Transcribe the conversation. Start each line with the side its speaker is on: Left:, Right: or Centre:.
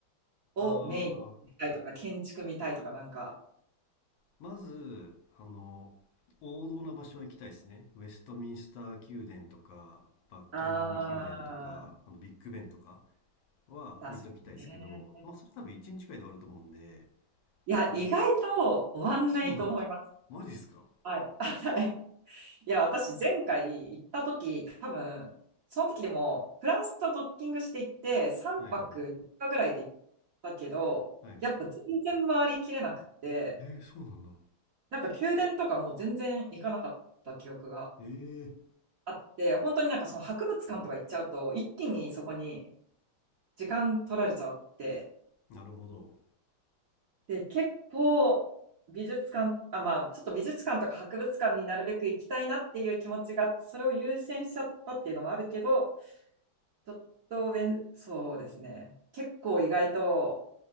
Right: をメインにしたいとか、
Left: ああ、
Right: 建築見たいとか、なんか、
Left: まず、あの、王道な場所は行きたいですね。ウェストミンスター宮殿とか、バッキンガム宮殿とか、
Right: ああ、
Left: あの、ビッグベンとか。は見ときたいですけど、
Right: 確かにね。
Left: まあそれ多分1日くらいで終わると思うんで、
Right: いや、
Left: その
Right: 意外と終わんないと思います。
Left: そうなのマジっすか
Right: はい。<laughs> はい。いや、私、前回行った時、多分、その時でも、フランスとドッキングして行って、3泊4日ぐらいで行っ
Left: はいはい。
Right: たけど、
Left: はいはい。
Right: やっぱ全然回りきれなくって、
Left: えー、そうなんだ。
Right: なんか宮殿とかもう全然行かなかった記憶が
Left: えー、
Right: あって、本当になんかその博物館とか行っちゃうと、一気にそこに時間取られちゃって、
Left: なるほど。
Right: で、結構美術館、あ、まあ、ちょっと美術館とか博物館になるべく行きたいなっていう気持ちがあって、それを優先しちゃったっていうのもあるけど、ちょっとべん、そうですね。結構意外と、